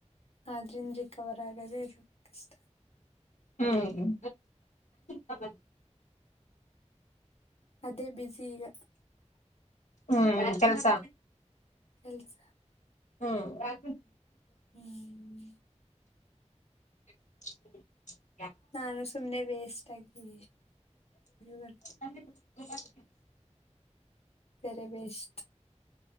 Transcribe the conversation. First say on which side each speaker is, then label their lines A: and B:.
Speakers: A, on the left; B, on the left.
A: ಆದ್ರಿಂದ ರಿಕವರ್ ಆಗದೆೇ ಕಷ್ಟ
B: ಹ್ಮ್ ಬ
A: ಅದೇ ಬಝ ಈಗ
B: ಹ್ಮ್ ಕೆಲ್ಸ
A: ಕೆಲಸ
B: ಹಾ
A: ಹ್ಮ್
B: <inaudible>
A: ನಾನು ಸುಮ್ನೆ ವೇಸ್ಟ್ ಆಗಿ ಬರ್
B: ಅ
A: ಪೆರೆವಸ್ಟ್